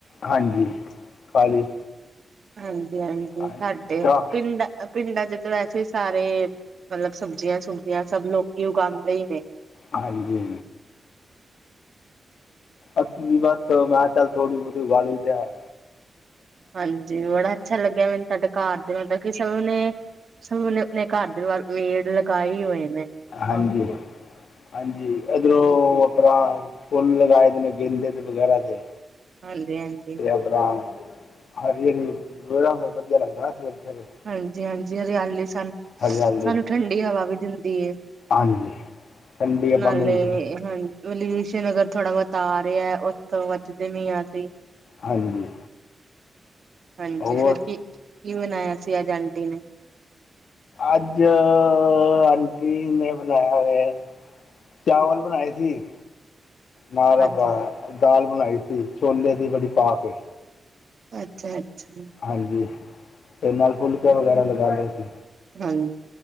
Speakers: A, on the left (about 85°); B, on the right (about 60°).
A: ਹਾਂਜੀ, ਖਾਲੀ।
B: ਹਾਂਜੀ-ਹਾਂਜੀ,
A: ਦਾ ਹਾਂਜੀ
B: ਸਾਡੇ
A: ਤਾਂ
B: ਪਿੰਡ ਪਿੰਡਾਂ ਚ ਤਾਂ ਵੈਸੇ ਹੀ ਸਾਰੇ ਮਤਲਬ ਸਬਜ਼ੀਆਂ-ਸੁਬਜੀਆਂ ਸਭ ਲੋਕੀ ਉਗਾਉਂਦੇ ਹੀ ਨੇ।
A: ਹਾਂਜੀ। ਅੱਸੀ ਬਸ ਮੈਂ ਚੱਲ ਥੋੜੀ-ਬਹੁਤੀ ਉਗਾ ਲਈ ਦਾ ਆ।
B: ਹਾਂਜੀ, ਬੜਾ ਅੱਛਾ ਲੱਗਿਆ ਮੈਨੂੰ ਤੁਹਾਡਾ ਘਰ ਦੇ ਮਤਲਬ ਕਿ ਸਭ ਨੇ- ਸਭ ਨੇ ਆਪਣੇ ਘਰ ਦੇ ਪੇੜ ਲਗਾਏ ਹੋਏ ਨੇ।
A: ਹਾਂਜੀ। ਹਾਂਜੀ, ਇਧਰੋਂ ਆਪਣਾ ਫੁੱਲ ਲਗਾਏ ਦੇ ਨੇ ਗੇਂਦੇ ਦੇ ਵਗੈਰਾ ਦੇ।
B: ਹਾਂਜੀ-ਹਾਂਜੀ।
A: ਆਪਣਾ ਹਰੀ-ਹਰੀ ਵਿਹੜਾ ਫਿਰ ਵਧੀਆ ਲੱਗਦਾ ਸਵੇਰੇ-ਸਵੇਰੇ।
B: ਹਾਂਜੀ-ਹਾਂਜੀ, ਹਰਿਆਲੀ ਪਸੰ
A: ਹਰਿਆਲੀ
B: ਠੰਡੀ ਹਵਾ ਵੀ ਦਿੰਦੀ ਹੈ
A: ਹਾਂਜੀ ਠੰਡੀ ਹਵਾ
B: ਨਾਲੇ
A: ਮਿਲਦੀ
B: ਹਾਂਜੀ। ਪੋਲਿਊਸ਼ਨ ਅਗਰ ਥੋੜਾ-ਬਹੁਤਾ ਆ ਰਿਹਾ ਉੱਥੋਂ ਬਚਦੇ ਵੀ ਹਾ ਹਸੀਂ।
A: ਹਾਂਜੀ।
B: ਹਾਂਜੀ,
A: ਹੋਰ
B: ਫਿਰ ਕੀ ਕੀ ਬਣਾਇਆ ਸੀ ਅੱਜ ਆਂਟੀ ਨੇ?
A: ਅੱਜ ਆਂਟੀ ਨੇ ਬਣਾਇਆ ਹੋਇਆ ਚਾਵਲ ਬਣਾਏ ਸੀ। ਨਾਲ ਆਪਣਾ
B: ਅੱਛਾ
A: ਦਾਲ ਬਣਾਈ ਸੀ, ਛੋਲੇ ਦੀ ਬੜੀ ਪਾਕੇ।
B: ਅੱਛਾ-ਅੱਛਾ।
A: ਹਾਂਜੀ, ਤੇ ਨਾਲ ਫੁਲਕਾ ਵਗੈਰਾ ਲਗਾ ਲਏ ਸੀ।
B: ਹਾਂਜੀ,